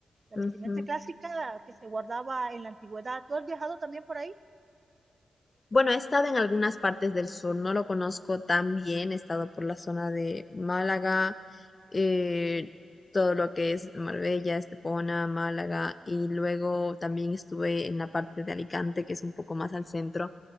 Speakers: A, on the right; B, on the left.
A: la
B: Ujú.
A: vestimenta clásica la que se guardaba en la antigüedad. ¿Tú has viajado también por ahí?
B: Bueno, he estado en algunas partes del sur, no lo conozco tan bien, he estado por la zona de Málaga, eh, todo lo que es Marbella, Estepona, Málaga, y luego también estuve en la parte de Alicante, que es un poco más al centro.